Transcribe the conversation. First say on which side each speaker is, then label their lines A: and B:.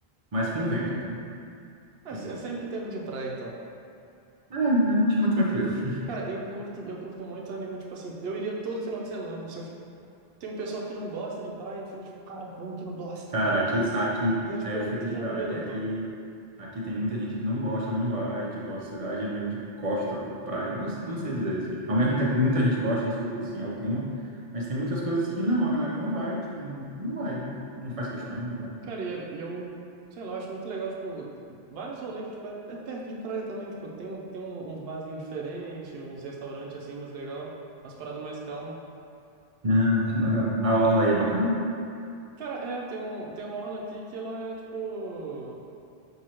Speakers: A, on the right; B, on the right.
A: mas com vento, então
B: É,
A: é de boa.
B: é sempre tempo de praia, então.
A: É, eu acho muito
B: Pior
A: tranquilo.
B: que-
A: <laughs>
B: Cara, eu curto, eu curto muito a nível, tipo assim, eu iria todo final de semana. Só que tem um pessoal que não gosta de praia, eu fico tipo, cara, como que não gosta,
A: Cara,
B: cara?
A: aqui, aqui,
B: E é, tipo,
A: é, eu
B: é muito
A: fico de
B: tranquilo,
A: cara, que aqui,
B: pô.
A: aqui tem muita gente que não gosta, não vai, tipo, a cidade é meio de costa pra praia,
B: Uhum,
A: não, não sei dizer, assim. Ao mesmo tempo que muita gente gosta, isso, assim, é o clima, mas tem muitas coisas que não, a galera não vai, tipo, não vai,
B: uhum.
A: não faz questão, não vai.
B: Cara, e é- e eu, sei lá, acho muito legal, tipo, vários rolês que, tipo, é, é perto de praia também, tipo, tem, um- tem um- uns barzinhos diferentes, uns restaurantes, assim, mais legal, umas paradas mais calma.
A: Ah, que legal. A orla aí é bacana?
B: Cara, é, tem um, tem uma orla aqui que ela é, tipo,